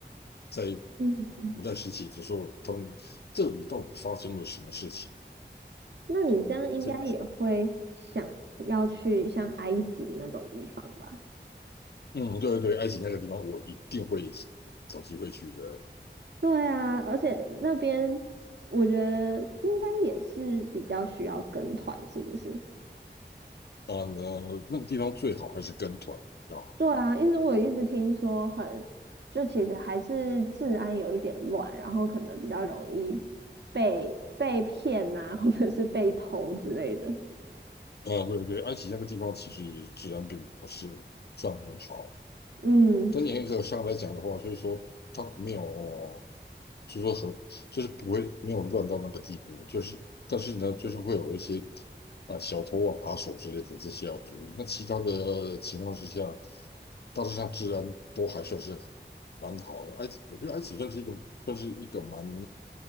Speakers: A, on the left; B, on the right.
A: 在
B: 嗯，
A: 古代时期的时候，他们这里到底发生了什么事情。
B: 那你这样应该也会想要去像埃及那种地方吧？
A: 这嗯，对对对，埃及那个地方我一定会找机会去的。
B: 对啊，而且那边我觉得应该也是比较需要跟团，是不是？
A: 呃，那个地方最好还是跟团啊。
B: 对啊，因为我一直听说很，就其实还是治安有一点乱，然后可能比较容易被被骗呐，或者是被偷之类的。
A: 嗯，对对对，埃及那个地方其实治安并不是算很好，
B: 嗯，
A: 但严格上来讲的话，所以说它没有。就说很就是不会没有乱到那个地步，就是但是呢，就是会有一些啊、小偷啊、扒手之类的这些要注意。那其他的情况之下，大致上治安都还算是蛮好的。埃及，我觉得埃及算是一个算是一个蛮